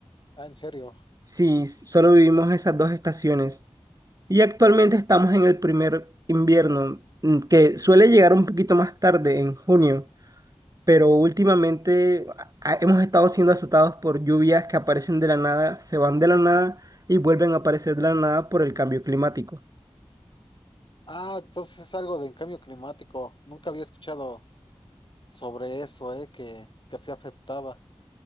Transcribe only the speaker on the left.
Ah, en serio.
Ah, entonces es algo de cambio climático. Nunca había escuchado sobre eso, eh, que, que así afectaba.